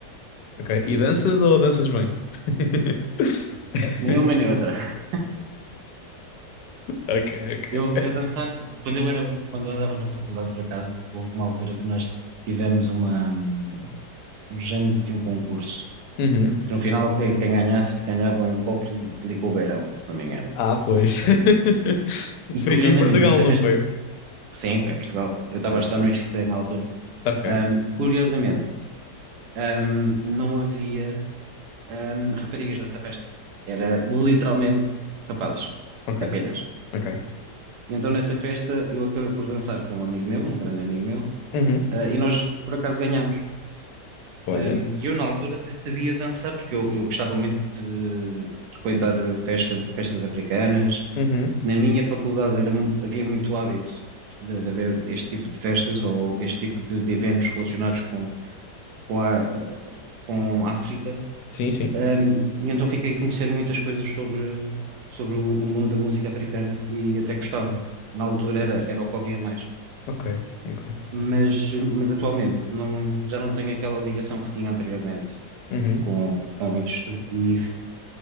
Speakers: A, on the left; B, on the right.
A: ok. E danças ou danças bem? <laughs>
B: Nem uma nem outra.
A: Ok, ok.
B: Eu, eu dançar, quando eu era, quando eu andava na faculdade, por acaso, houve uma altura que nós tivemos uma, hum, um género de um concurso,
A: Uhum.
B: que no final quem, quem ganhasse ganhava um copo de licor beirão, se não me engano.
A: Ah, pois. <laughs>
B: E
A: Foi
B: curiosamente,
A: aqui em Portugal,
B: nessa
A: não
B: festa,
A: foi?
B: sim, foi em Portugal, eu estava
A: Pois,
B: a estudar
A: pois.
B: no ISCTE na altura,
A: Ok,
B: hum, curiosamente, hum, não havia, hum, raparigas nessa festa. Era literalmente rapazes,
A: ok,
B: apenas.
A: ok.
B: E então nessa festa eu acabei por dançar com um amigo meu, um grande amigo meu,
A: Uhum.
B: ah, e nós por acaso ganhámos.
A: Olha.
B: Um, e eu, na altura, até sabia dançar, porque eu, eu gostava muito de frequentar festas, festas africanas.
A: Uhum.
B: Na minha faculdade era mu- havia muito hábito de, de haver este tipo de festas ou este tipo de, de eventos relacionados com, com a, com a África.
A: Sim, sim.
B: Um, e então fiquei a conhecer muitas coisas sobre, sobre o, o mundo da música africana e até gostava. Na altura era, era o que ouvia mais.
A: Ok, ok.
B: Mas, mas atualmente não, já não tenho aquela ligação que tinha anteriormente.
A: Uhum.
B: com, com isto e,